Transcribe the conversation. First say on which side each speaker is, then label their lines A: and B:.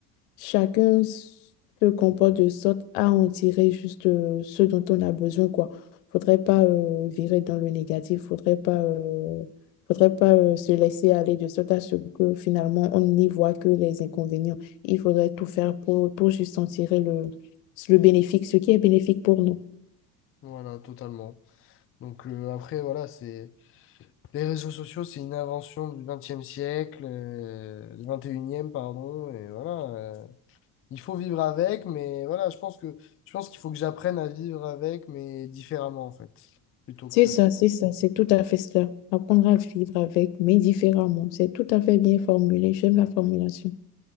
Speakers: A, on the left; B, on the left.
A: Chacun se comporte de sorte à en tirer juste euh, ce dont on a besoin, quoi. Faudrait pas euh, virer dans le négatif, faudrait pas, euh, faudrait pas euh, se laisser aller de sorte à ce que finalement on n'y voit que les inconvénients. Il faudrait tout faire pour, pour juste en tirer le, le bénéfique, ce qui est bénéfique pour nous.
B: Voilà, totalement. Donc euh, après, voilà, c'est... Les réseaux sociaux, c'est une invention du 20 siècle, euh, du 21e, pardon, et voilà. euh, il faut vivre avec, mais voilà, je pense que je pense qu'il faut que j'apprenne à vivre avec, mais différemment, en fait. Plutôt
A: C'est
B: que...
A: ça, c'est ça, c'est tout à fait cela. Apprendre à vivre avec, mais différemment. C'est tout à fait bien formulé. J'aime la formulation.